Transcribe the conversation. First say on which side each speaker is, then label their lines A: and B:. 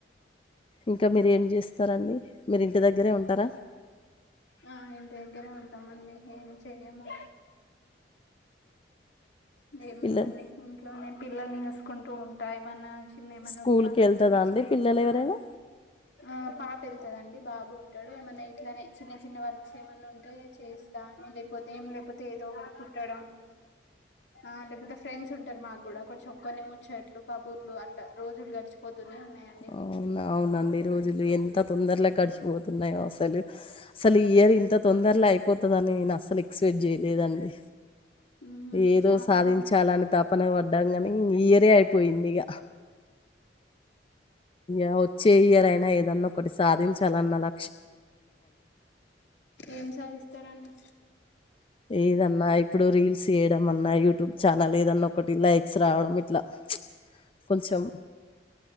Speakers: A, on the left; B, on the left.
A: ఇంకా మీరు ఏం చేస్తారండి మీరు ఇంటి దగ్గరే ఉంటారా
B: ఆ ఇంటి దగ్గరే ఉంటామండి ఏం చెయ్యము ఏముందండి
A: పిల్లలు
B: ఇంట్లోనే పిల్లని చేసుకుంటూ ఉంటా ఏమన్నా చ్ న్న మన
A: స్కూల్‌కెళ్తదా
B: పనులు చిన్న
A: అండి
B: చిన్న
A: పిల్లలు
B: ఉంటాయి
A: ఎవరైనా?
B: ఆ పా పె వెళ్తుదండి బాబు ఉంటాడు ఏమన్నా ఇట్లనే చిన్న చిన్న వర్క్స్ ఏమన్నా ఉంటాయ చేస్తా లేకపోతే ఏం లేకపోతే ఏదో ఒకటి కుట్టాడం ఆ లేకపోతే ఫ్రెండ్స్ ఉంటారు మాకు కూడా కొంచెం కొన్ని ముచ్చట్లు కబుర్లు అట్లా రోజులు గడిచిపోతూనే ఉన్నాయండి
A: అవునా! అవునండి. ఈ రోజులు ఎంత తొందరలోగా గడిచిపోతున్నాయో అసలు అసలు ఈ ఇయర్ ఇంత తొందరలే అయిపోతుందిని నేను అసలు ఎక్స్పెక్ట్ చేయలేదండి
B: ఉమ్
A: ఏదో
B: చాలా
A: సాధించాలని
B: దమ్
A: తప్ప ప పన పడ్డాం కానీ ఇయరే అయిపోయింది ఇక అ చెయ్యరైనా ఏదన్నా ఒకటి సాధించాలన్నలా
B: ఏం సాధిస్తారాండి
A: ఇదన్న అయిపో ఇప్పుడు రీల్స్ చేయడంమన్నా యూట్యూబ్ ఛానల్ ఏదన్నా ఒకటిలా ఎక్స్సే ఆవడం ఇలా కొంచెం